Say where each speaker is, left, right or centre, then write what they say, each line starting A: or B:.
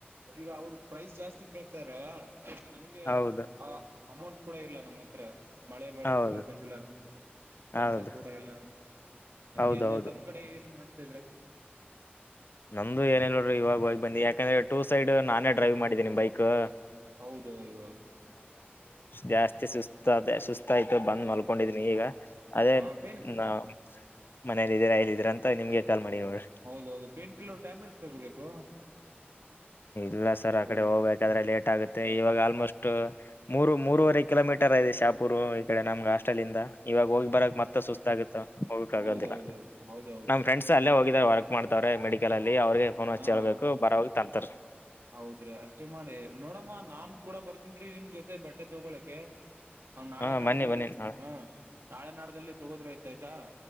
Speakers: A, on the right; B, on the left.
A: ಈಗ ಅವರು ಪ್ರೈಸ್ ಜಾಸ್ತಿ ಕೇಳ್ತಾರ ಅದಕ್ಕೆ ನಮ್ಗೆ
B: ಹೌದು
A: ಅಮೌಂಟ್ ಕೂಡ ಇಲ್ಲ ನಮ್ಮ ಹತ್ರ ಮಳೆ ಬಳೆ
B: ಹೌದು
A: ಕೊಡಪ್ಪಂತಲ್ಲ ಕೆಲ್ಸ
B: ಹೌದು
A: ಕೂಡ ಇಲ್ಲ ಅದಕ್ಕೆನ್
B: ಹೌದೌದು
A: ತಮ್ಮ್ ಕಡೆ ಏನ್ ಮಾಡ ಿದ್ರ
B: ನಮ್ದು ಏನಲ್ರು ಇವಾಗ ಹೋಗಿ ಬಂದಿ ಯಾಕಂದ್ರೆ ಟು ಸೈಡ್ ನಾನ ಡೈವ್ ಮಾಡಿದ್ದೀಿ ಬೈಕ್ ಕಾ
A: ಹೌದೌದೌದು
B: ಜಾಸ್ತಿ ಸುಸ್ತ ಸುಸ್ ಗತಾಯ್ತು ಬಂದ್
A: ಹ
B: ಮಲ್ಕೊಂಡಿದ್ನಿ ಈಗ ಅದೇ
A: ಹ ಪೇನ್
B: ನ ಮನೇಲಿ ಇದರಾ ಅಲ್ಲ ಇದೀರ ಅಂತ ನಿಮ್ಗೆ ಎಟಲ್ ಮಣಿಯೂರ್
A: ಹೌದೌದು ಪೇನ್ ಕಿಲ್ಲರ್ ಟ್ಯಾಬ್ಲೆಟ್ಸ್ ತಗೋಬೇಕು
B: ಇಲ್ಲ ಸರ್ ಆ
A: ಹೌದು
B: ಕಡೆ ಹೋಗ್ಬೇಕಾದ್ರೆ ಲೇಟ್ ಆಗುತ್ತೆ
A: ಯಾಕ
B: ಇವಾಗ ಆಲ್ಮೋಸ್ಟ್ ಮೂರು ಮೂರವರೆ ಕಿಲೋಮೀಟರ್ ಇದೆ ಶಾಪುರು ಕಡೆ ನಮ್ಗೆ ಹಾಸ್ಟೆಲ್ ಇಂದ ಇವಾಗ ಹೋಗಿ ಬರಕ್ ಮತ್ತೆ ಸುಸ್ತ ಆಗುತ್ತೆ ಹೋಗಕ್
A: ಹೌದೌದೌದು
B: ಆಗೋದಿಲ್ಲ
A: ಹೌದೌದು
B: ನಮ್ ಫ್ರೆಂಡ್ಸ್ ಅಲ್ಲೇ ಹೋಗಿದಿದ್ದಾರೆ ಹೊರ ಮಾಡ್ತಾವ್ರೆ ಮೆಡಿಕಲ್ ಅಲ್ಲಿ ಅವ್ರಿಗೆ ಫೋನ್ ಹಚ್ಚಿ
A: ಹಾ
B: ಹೇಳ್ಬೇಕು ಬರ ತಂತ
A: ಹೌದ್ರಿ ಅಷ್ಟೇ ಮಾಡಿ ನೋಡಮ್ಮ ನಾನ್ ಕೂಡ ಬರ್ತನ್ೀ ನಿಮ್ ಜೊತೆ ಮತ್ತ ಬಟ್ಟೆ ತಗೊಳಕ್ಕೆೆ ನ್ ನಾಳೆ
B: ಹಾ
A: ನಾಡದಲ್ಲಿ
B: ಬನ್ನಿ ಬನ್ನಿ ನಾಳೆ
A: ಹ ನಾಳೆ ನಾಡದಲ್ಲಿ ತಗೋದ್ರೆ ಇದ್ದ ಆಯ್ತಾ